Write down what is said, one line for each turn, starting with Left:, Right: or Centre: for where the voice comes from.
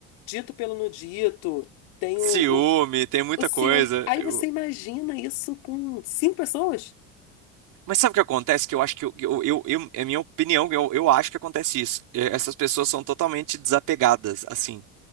Left: dito pelo no dito, tem
Right: Ciúme,
Left: o, o,
Right: tem muita
Left: o ciúme.
Right: coisa.
Left: Aí
Right: Eu-
Left: você imagina isso com cinco pessoas?
Right: Mas sabe o que acontece? Que eu acho que eu, eu, eu, eu- é minha opinião, eu, eu acho que acontece isso. É, Essas pessoas são totalmente desapegadas, assim.